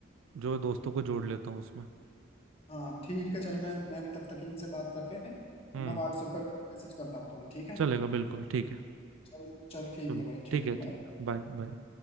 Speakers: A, on the right; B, on the left.
A: जो दोस्तों को जोड़ लेता हूँ उसमें
B: हाँ ठीक है चल मैं मैं भी तब तक इनसे बात करके
A: हम्म
B: अब मैं व्हाट्सएप पे मैसेज करता हूँ तुझे ठीक है
A: चलेगा बिल्कुल ठीक है
B: चल चल ठीक
A: चलो
B: है भाई
A: ठीक
B: ठीक
A: है ठीक
B: बाय
A: है बाय बाय